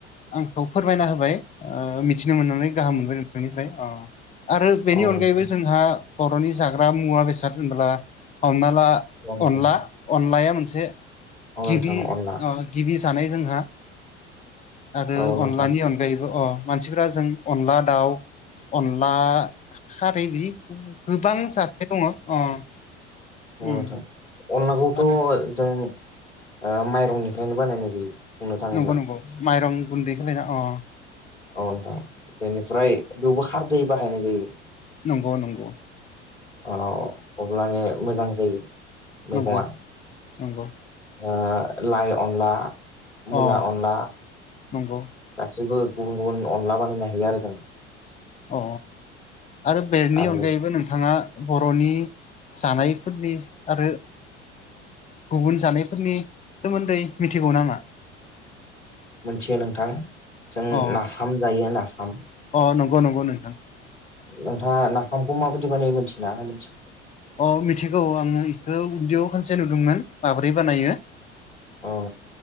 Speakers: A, on the left; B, on the left.
A: आं खौ फोरमायना होबाय ओ मिथिनो मोननानै गाहाम मोनबाय नोंथांनिफ्राय अ आरो बेनि
B: औ नोंथां
A: अनगायैबो जोंहा बर'नि जाग्रा मुवा बेसाद होनोब्ला हमना ला
B: औ नोंथां
A: अनला अनलाया मोनसे
B: औ नोंथां
A: गिबि
B: अनला
A: अ गिबि जानाय जोंहा आरो
B: औ नोंथां
A: अनलानि अनगायैबो अ मानसिफ्रा जों अनला दाउ अनला खारै बिदि गोबां जाथाय दङ अ
B: नंगौ
A: उम
B: नोंथां अनलाखौथ'
A: आरो
B: जों ओ माइरंनिफ्रायनो बानायनाय जायो। बुंनो थाङोब्ला
A: नंगौ नंगौ माइरं गुन्दै खालायना अ
B: अ नोंथां बेनिफ्राय बेवबो खारदै बाहायनाय जायो।
A: नंगौ नंगौ।
B: अ अब्लानो मोजां जायो मैगङा
A: नंगौ नंगौ
B: ओक्षलाइ अनला मुला
A: अ
B: अनला
A: नंगौ
B: गासैबो गुबुन गुबुन अनला बानायनो हायो आरो जों।
A: अ आरो बेनि
B: आरो
A: अनगायैबो नोंथाङा बर'नि जानायफोरनि आरो गुबुन जानायफोरनि सोमोन्दै मिथिगौ नामा?
B: मोनथियो नोंथां जों
A: अ
B: नाफाम जायो नाफाम।
A: अ नंगौ नंगौ नोंथां।
B: नोंथाङा नाफामखौ माबायदि बानायो मोनथिना मिथिया
A: अ मिथिगौ आङो इखौ उन्दैयाव खानसे नुदोंमोन माब्रै बानायो।
B: अ